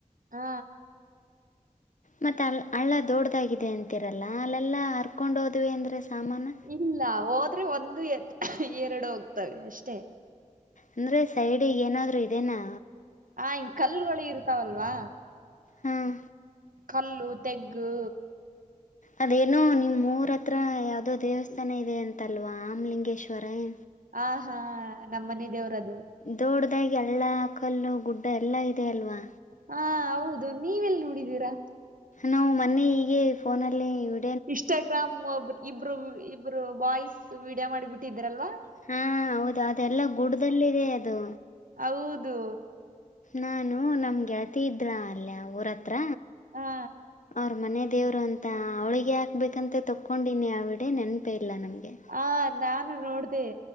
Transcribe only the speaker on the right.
ಹಾ
ಇಲ್ಲ ಹೋದ್ರೆ ಒಂದು ಎ ಎರಡು ಹೋಗ್ತವೆ ಅಷ್ಟೇ
ಹ ಈ ಕಲ್ಗಳು ಇರ್ತಾವಲ್ವಾ
ಹಲ್ಲು ತೆಗ್ಗು
ಆ ಹಾ ನಮ್ಮನೆ ದೇವ್ರದು
ಹಾ ಹೌದು ನೀವೆಲ್ ನೋಡಿದೀರಾ?
ಇಸ್ಟಾಗ್ರಾಮ್ ಒಬ್ರು ಇಬ್ರು ಇಬ್ರು ಬಾಯ್ಸ್ ವಿಡಿಯೋ ಮಾಡಿಬಿಟ್ಟಿದ್ರ ಅಲ್ವಾ?
ಹೌದು...
ಹಾ
ಆ ನಾನು ನೋಡ್ದ